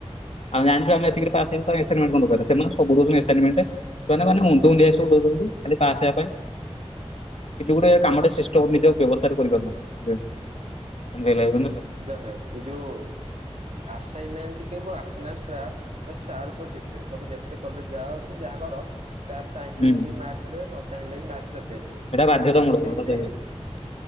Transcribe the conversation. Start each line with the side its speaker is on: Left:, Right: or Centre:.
Left: ଆମେ ଜାଣିଛୁ ଆମେ ଏତିକିରେ ପାସ୍ ହେବୁ ଆସାଇମେଣ୍ଟ୍ କଣ ଦରକାରେ ସେମାନେ ସବୁ ଦଉଛନ୍ତି ଆସାଇମେଣ୍ଟ୍। ସେମାନେ ଉନ୍ଦୁ ଉନ୍ଦିଆ ସବୁ ଦଉଛନ୍ତି ଖାଲି ପାସ୍ ହେବା ପାଇଁ। କିଛି ଗୋଟେ କାମଟା ସିଷ୍ଟ ନିଜକୁ ବ୍ୟବସ୍ତା କରିପାରୁନାହି। <unintelligible>
Right: ଦେଖେ ଏଇ ଯୋଉ ଆସାଇମେଣ୍ଟ୍ ଆଟ୍ଟେନାନ୍ସଟା ଏ ସାର୍ ଉପରେ ଡିପେଣ୍ଟ୍ ତମେ ଯେତେ କଲେଜ୍ ଯାଅ କି ଯାହା କର ସାର୍ ଚାହିଁବେ
Left: ହୁଁ
Right: ଯଦି ମାର୍କ ଦେବେ, ନ ଚାହିଁଲେ ବି ମାର୍କ ଦେବେନି।
Left: ସେଇଟା ବାଧ୍ୟତାମୂଳକ
Right: ୟା ବି ସେ ଦେଇଦେ
Left: ସେଟା ଦେବେ